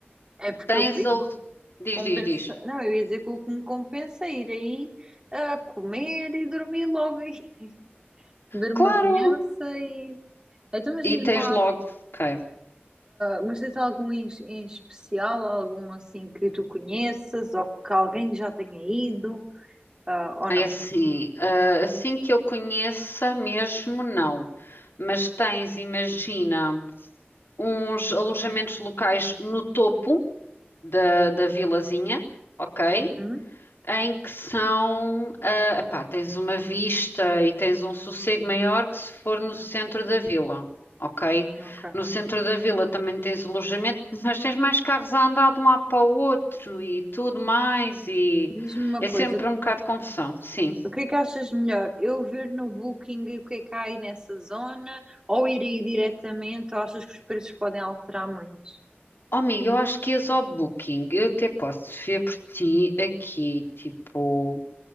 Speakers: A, on the right (about 20°); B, on the left (about 65°).
A: É porque
B: Tens
A: eu,
B: a... Diz,
A: Compensa...
B: diz, diz.
A: Não, eu ia dizer que o que me compensa é ir aí a comer e dormir logo aí. <laughs> Beber
B: Claro!
A: uma vinhaça e. Então, mas
B: E
A: diz-me
B: tens
A: lá,
B: logo. Ok.
A: mas tens algum em, em especial, algum assim que tu conheças ou que alguém já tenha ido, ah, ou
B: É
A: não?
B: assim, ah, assim que eu conheça mesmo, não. Mas tens, imagina, uns alojamentos locais no topo da, da vilazinha, ok?
A: Uhum,
B: em que são, ah, epá, tens uma vista e tens um sossego maior que se for no centro da vila, ok?
A: ok.
B: No centro da vila também tens alojamento, <laughs> mas tens mais carros a andar de um lado para o outro e tudo mais, e
A: Diz-me uma
B: é
A: coisa,
B: sempre um bocado de confusão, sim.
A: o que é que achas melhor? Eu ver no Booking e o que é que há aí nessa zona ou ir aí diretamente ou achas que os preços podem alterar muito?
B: Oh, amiga, eu acho que és ao Booking, eu até posso ver por ti aqui, tipo.